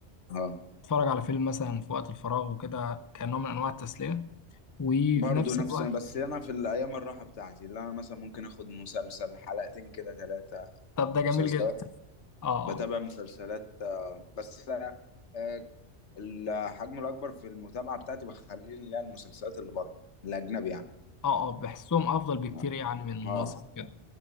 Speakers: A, on the left; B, on the left.
A: اه
B: اتفرج على فيلم مثلا في وقت الفراغ وكده كنوع من انواع التسليه وفي
A: برضه
B: نفس
A: نفس
B: الوقت
A: بس انا في الايام الراحه بتاعتي اللي انا مثلا ممكن اخد مسلسل حلقتين كده ثلاثه
B: طب ده جميل
A: مسلسلات
B: جدا اه
A: بتابع
B: اه
A: مسلسلات آه، بس آه، الحجم الاكبر في المتابعه بتاعتي بخليه اللي هي المسلسلات اللي بره الاجنبي يعني
B: اه آه، بحسهم افضل بكتير
A: اه
B: يعني من
A: آه.
B: مصر كده